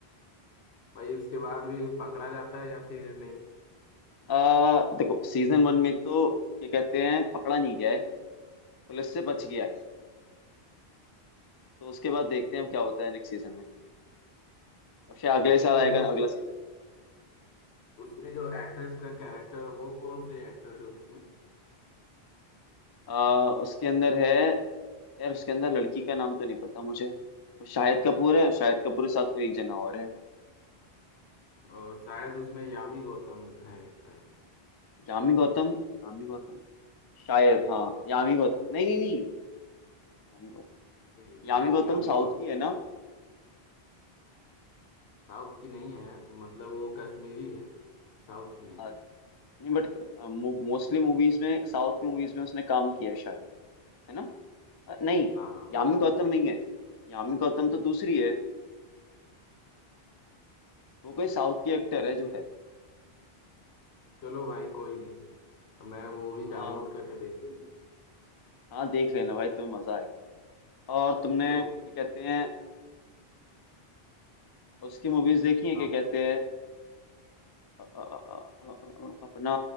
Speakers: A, on the left (about 80°); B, on the left (about 35°).
A: भाई उसके बाद भी पकड़ा जाता है या फिर नहीं
B: आ, देखो सीजन वन में तो क्या कहते हैं पकड़ा नहीं गया है पुलिस से बच गया है तो उसके बाद देखते हैं क्या होता है नेक्स्ट सीजन में अब शायद अगले
A: उसमें
B: साल आएगा
A: जो
B: अगला सीजन
A: उसमें जो एक्ट्रेस का कैरेक्टर वो कौन से एक्टर है उसमें
B: आ, उसके अंदर है यार उसके अंदर लड़की का नाम तो नहीं पता मुझे वो शाहिद कपूर है शाहिद कपूर के साथ कोई एक जना और है
A: अ, शायद उसमें यामी गौतम है शायद
B: यामी गौतम यामी गौतम शायद हाँ यामी गौतम नहीं नहीं नहीं यामी गौतम
A: नहीं
B: यामी
A: नहीं
B: गौतम
A: यामी
B: साउथ
A: गौतम
B: की है ना
A: साउथ की नहीं है मतलब वो कश्मीरी है साउथ की नहीं
B: आ, नहीं बट मोस्टली मूवीज में साउथ की मूवीज में उसने काम किया है है ना अ, नहीं
A: हाँ हाँ
B: यामी गौतम नहीं है यामी गौतम तो दूसरी है वो कोई साउथ की एक्टर है जो है
A: चलो भाई कोई नहीं मैं वो भी डाउनलोड
B: हाँ
A: करके देख लूंगी
B: हाँ देख लेना भाई तुम्हें मजा आएगा और तुमने
A: तो
B: क्या कहते हैं उसकी मूवीज देखी है
A: हाँ
B: क्या
A: भाई
B: कहते हैं अ, अ, अ, अ, अ, अपना